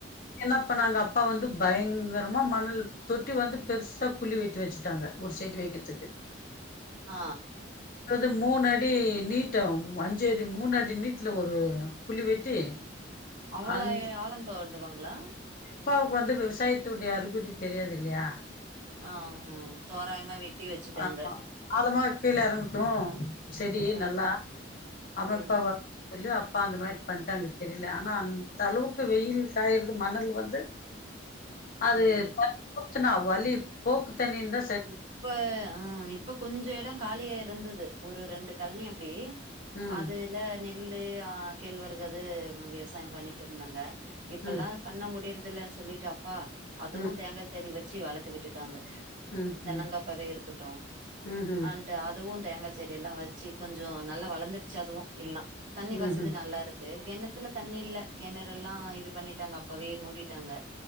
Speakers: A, on the left (about 50°); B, on the right (about 65°).
A: என்ன பண்ணாங்க அப்பா வந்து பயங்கரமா மணல் தொட்டி வந்து பெருசா குழி வெட்டி வச்சுட்டாங்க ஒரு செடி வெக்கிர்துக்கு
B: ஆ
A: அது மூனடி நீட்ட அஞ்சு அடி மூனடி நீட்டுல ஒரு குழி வெட்டி
B: அவ்ளோய்
A: அந்த
B: ஆழோ தோண்டுவாங்ளா
A: அப்பாவுக்கு வந்து விவசாயத்துடைய அறிகுறி தெரியாது இல்லயா
B: ஆஹுதோராயமா வெட்டி வச்சுட்டாங்க
A: ஆமா ஆழமா கீழ எறங்கட்டு செடி
B: ம்
A: நல்லா அமைப்பா
B: ம்
A: வ சொல்லி அப்பா அந்த மாரி பண்ட்டாங்க தெரில ஆனா அந்த அளவுக்கு வெயில் காய்றது மணல் வந்து அது
B: ம்
A: <unintelligible> போக்துனா வழி போக்கு தண்ணிந்தா
B: இப்ப ஆ இப்ப கொஞ்ச எடோ காலியா இருந்தது ஒரு ரெண்டு கழனி அப்டி
A: ம்
B: அதுல நெல்லு ஆ கேழ்வரகு அது விவசாயோ பண்ணிட்டு இருந்தாங்க இப்பெல்லா
A: ம்
B: பண்ண முடிறதில்லன்னு சொல்லிட்டு அப்பா அதுவு
A: ம்
B: தேங்கா செடி வச்சு வளத்து விட்டுட்டாங்க
A: ம்
B: தென்ன
A: ம்
B: தோப்பாவே இருக்கட்டு
A: ம்ஹூம்
B: அன்ட்டு அதுவு தேங்கா செடி எல்லா வச்சு கொஞ்சோ நல்லா வளந்துடுச்சி அதுவு எல்லா தண்ணி வசதி
A: ம்ஹூம்
B: நல்லாருக் கு கெணத்துல தண்ணி இல்ல கெணறெல்லா இது பண்ணிட்டாங்க அப்பவே மூடிட்டாங்க